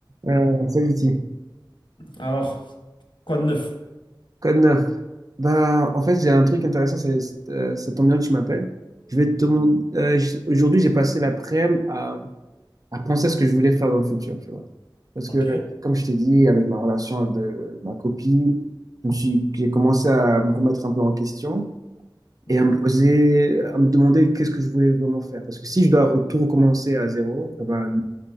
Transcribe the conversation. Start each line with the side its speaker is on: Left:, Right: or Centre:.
Right: Euh, salut, Ti.
Left: Alors, quoi de neuf?
Right: Code 9. Ben, en fait, j'ai un truc intéressant, c'est, c'est, euh, ça tombe bien que tu m'appelles. Je vais te demander. euh, j- aujourd'hui, j'ai passé l'après-midi à, à penser à ce que je voulais faire dans le futur, tu vois. Parce
Left: Ok.
Right: que, comme je t'ai dit, avec ma relation avec de- ma copine, je me suis- j'ai commencé à me remettre un peu en question
Left: Mhm.
Right: et à me poser, à me demander qu'est-ce que je voulais vraiment faire. Parce que si je dois re- tout recommencer à zéro, eh ben,